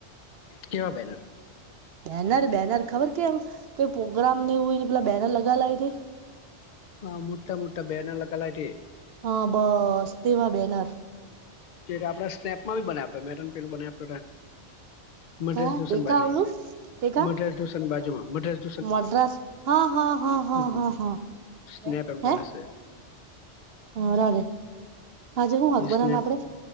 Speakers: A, on the left; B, on the right.
A: કેવા બેનર
B: બેનર બેનર ખબર કે એમ કોઈ પ્રોગ્રામ હોય ને પેલા બેનર લગાલાય છે.
A: હ મુટા મુટા બેનાલ કલાથી.
B: હા બસ તેવા બેનર.
A: કે આપણે સ્નેપમાં બી બ આપ મે પેલ બ આપ. મધ્રસ
B: કા
A: દુષણ
B: તે કા
A: બાજુમાં
B: આવલું તે કા
A: મધ્રસ દુષણ બાજુમાં મધ્રસ.
B: મદ્રાસ હા હા હા હા
A: હમ
B: હા હા
A: સ્નેપ એમ
B: હે.
A: કરીને છે
B: હા રાજે. હાજ હું હક
A: એ
B: બનાને
A: સ્નેપ
B: આપડે